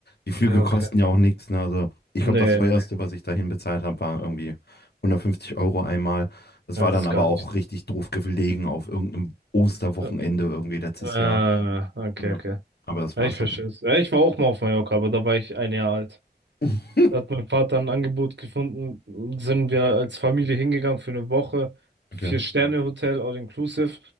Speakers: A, on the left; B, on the right.
A: Die Flüge
B: Ja,
A: kosten
B: okay.
A: ja auch nichts, ne? Also ich
B: Nee,
A: glaube, das teuerste,
B: nee, nee.
A: was ich dahin bezahlt habe, war irgendwie 150 Euro einmal. Das
B: Ja,
A: war
B: das
A: dann
B: ist
A: aber
B: gar
A: auch
B: nicht.
A: richtig doof gelegen auf irgendeinem Osterwochenende
B: Äh,
A: irgendwie letztes
B: ah,
A: Jahr.
B: okay,
A: Ja.
B: okay.
A: Aber das
B: Ja,
A: war's
B: ich verstehe
A: dann auch.
B: es. Ja, ich war auch mal auf Mallorca, aber da war ich ein Jahr alt.
A: <laughs>
B: Da hat mein Vater ein Angebot gefunden, sind wir als Familie hingegangen für eine Woche. Vier-Sterne-Hotel,
A: Okay.
B: all-inclusive.